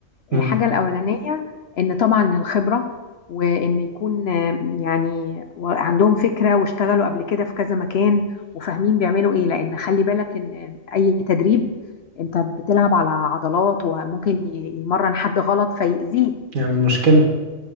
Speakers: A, on the right; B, on the left.
A: امم
B: الحاجه الاولانيه ان طبعا الخبره وان يكون آه، يعني و- عندهم فكره واشتغلوا قبل كده في كذا مكان وفاهمين بيعملوا ايه لان خلي بالك ان اي تدريب انت بتلعب على عضلات وممكن ي- يمرن حد غلط فيأذيه
A: يعني مشكله